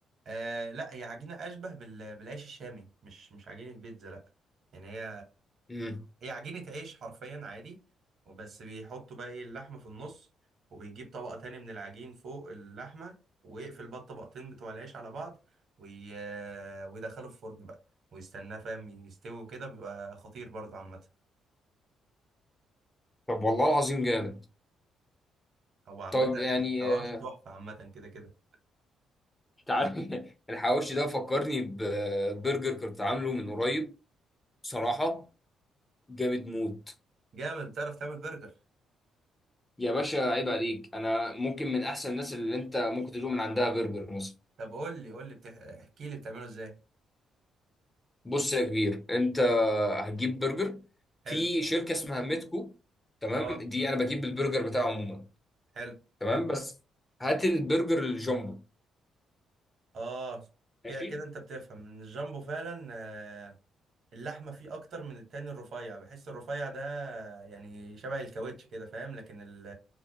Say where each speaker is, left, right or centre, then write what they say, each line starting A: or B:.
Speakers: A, on the right; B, on the left.
A: آه لا هي عجينه اشبه بال... بالعيش الشامي مش مش عجينه بيتزا لا يعني هي
B: امم
A: هي عجينه عيش حرفيا عادي وبس بيحطوا بقى ايه اللحمه في النص وبيجيب طبقه تاني من العجين فوق اللحمه ويقفل بقى الطبقتين بتوع العيش على بعض وي... ويدخله الفرن بقى ويستناه فاهم يستوي وكده بيبقى خطير برضه عامه
B: طب والله العظيم جامد
A: هو عامة
B: طب يعني
A: الحواوشي
B: آه،
A: تحفة عامة كده كده
B: تعال <laughs> الحواوشي ده فكرني ببرجر كنت عامله من قريب بصراحة جامد موت
A: جامد بتعرف تعمل برجر
B: يا باشا عيب عليك انا ممكن من احسن الناس اللي انت ممكن تدوق من عندها برجر مثلا
A: طب قول لي قول لي بتح... احكي لي بتعمله ازاي
B: بص يا كبير انت هتجيب برجر في
A: حلو
B: شركة اسمها ميتكو تمام
A: اه
B: دي انا بجيب البرجر بتاعه عموما
A: حلو
B: تمام بس هات البرجر الجامبو
A: اه
B: ماشي
A: كده كده انت بتفهم ان الجامبو فعلا آه، اللحمة فيه اكتر من التاني الرفيع بحس الرفيع ده يعني شبه الكاوتش كده فاهم لكن ال...